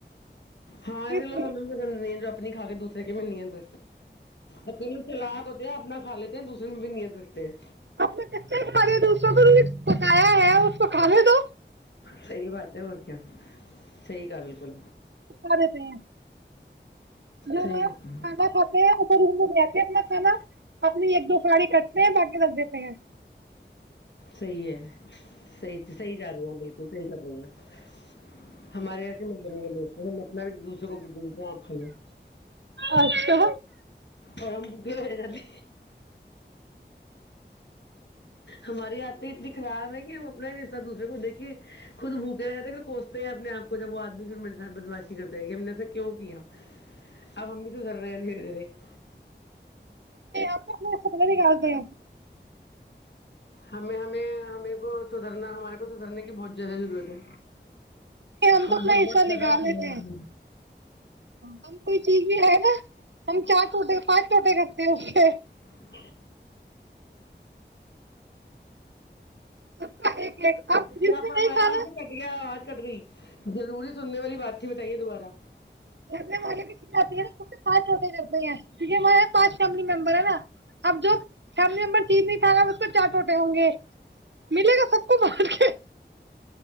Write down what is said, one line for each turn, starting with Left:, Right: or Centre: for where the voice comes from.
Left: ہاں ایسے
Right: اس
Left: لوگ
Right: لیے
Left: ہمنا بھی پسند نہیں ہیں جو اپنی کا کے دوسر کے منی ار اکیل چلا کوتے اپنا خالے د دوسریے مہی نہیںیا دکھتے ہیں
Right: اپنے کچا کے بارے دوسروں کو بتایا ہے اس کو کاے دو
Left: صحی بات ہے اور کیا صحیح کہا بالکل
Right: ا دیتے ہیں جو
Left: صحیح کہا،
Right: کاندا کھاتے ہیں اھر <unintelligible> اپنا کھانا اپنی ایک دو کھلاڑی کٹتے ہیں باقی رکھ دیتے ہیں
Left: صحی ہے سی سحی جا رہی ہ بالکل سحی کر رہی ہیں ہمارے یہسے مط نہیں لوتے ہم مطنا بھی دوسرے کو پج گی تو آکھ
Right: اچھا
Left: اورورم بکی و جاتے ہماری آات اتنی خراب ہے کہ ہم اپنا ہی رسہ دوسر کو دیکے خود بھوکے رہاتتے پھر کوستے ہیں اپنے آپ کو جب وہ آدمی پھر میرے ساتھ بدماشی کرتے کہ ہم نے ایسا کیوں کیا آ ممی تودر نن ہے <inaudible>
Right: آپ سنے نہیں کرتے ہو <unintelligible>
Left: ہمیں ہمیں ہمیں کو سدھرنا ہمارے کو سدھرنے کی بہت زیادہ ضرورت ہے
Right: ہم
Left: ہمارا
Right: تو اپنا حصہ
Left: بہت
Right: نکال
Left: زیادہ
Right: لیتے ہیں ہم کوئی چیز بھی ہے نا ہم چار چوٹ پانچ چوٹے کا ج <unintelligible>
Left: <inaudible>
Right: سب کا ایک ایک اب جس
Left: کیا
Right: نے
Left: فرمایا
Right: نہیں کھانا
Left: آپ بھی کٹ گیا آواز کٹنی جروری سننے والی بات ہی بتائیے دوبارہ
Right: ے ہے نا <unintelligible> پانچ چوٹ کرتے ہیں کیکہ ہمارے یہاں پانچ فیملی ممبر ہے نا اب جو فیملی ممبر چیز نہیں کھانا اس کو چار چٹوٹے ہوں گے ملے گا سب کو بار کے